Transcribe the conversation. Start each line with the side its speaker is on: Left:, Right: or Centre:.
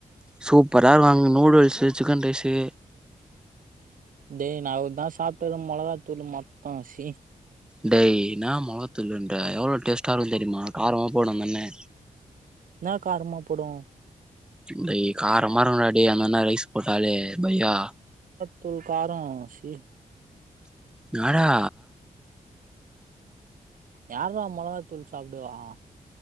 Centre: சூப்பரா இருக் அங்க நூடுல்ஸ்ஸு சிக்கன் ரைஸீ
Right: அதேய் ந அவ தான் சாப்ட்டது மொளகாத்தூள் மொத்தம் சி
Centre: டெய் நான் முொளத்தூள் இல்ன்ற எவ்ளோ டேஸ்ட்டா ஆ இருு தெரியுமா காரமா போடு அந்தன்னே
Right: என்ன காரமா போடு
Centre: டெய் காரமா இருக்கு டெய் அந்தன்னா ரைஸ் போட்டாலே பையா
Right: த கார சி
Centre: என்னாடா
Right: யார்ரா மொளகா தூள் சாப்டுவா